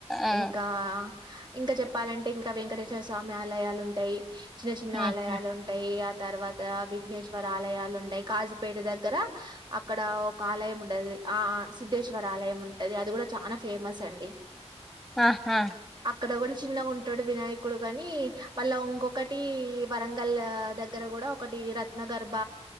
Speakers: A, in the centre; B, on the right (about 40°).
A: ఆ
B: ఇంకా ఇంకా చెప్పాలంటే ఇంకా వెంకటేశ్వర స్వామి ఆలయాలు ఉంటాయి చిన్న చిన్న
A: ఉహు
B: ఆలయాలుంటాయి తర్వాత విఘ్నేశ్వర ఆలయాలు ఉండయి కాజుపేట దగ్గర అక్కడ ఒక ఆలయం ఉండది ఆ సిధేశ్వర ఆలయం ఉంటుది అది కూడా చాలా ఫేమస్ అండి
A: ఆహా
B: అక్కడ కూడా చిన్నగా ఉంటాడు వినాయకుడు గాని మళ్ళ ఇంకొకటి వరంగల్ దగ్గర కూడా ఒకటి రత్న గర్భ